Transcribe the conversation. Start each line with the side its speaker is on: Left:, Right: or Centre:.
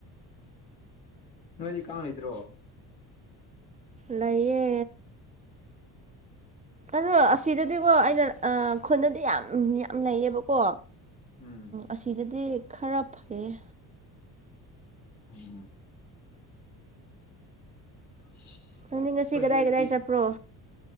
Left: ꯅꯣꯏꯗꯤ ꯀꯥꯡ ꯂꯩꯗ꯭ꯔꯣ
Right: ꯂꯩꯌꯦ ꯑꯗꯣ ꯑꯁꯤꯗꯗꯤꯀꯣ ꯑꯩꯅ ꯈꯨꯟꯗꯗꯤ ꯌꯥꯝ ꯌꯥꯝ ꯂꯩꯌꯦꯕꯀꯣ
Left: ꯎꯝ
Right: ꯑꯁꯤꯗꯗꯤ ꯈꯔ ꯐꯩꯌꯦ
Left: ꯎꯝ <inaudible>
Right: ꯅꯪꯗꯤ ꯉꯁꯤ
Left: ꯑꯩꯈꯣꯏ
Right: ꯀꯗꯥꯏ
Left: ꯁꯤꯗꯗꯤ
Right: ꯀꯗꯥꯏ ꯆꯠꯄ꯭ꯔꯣ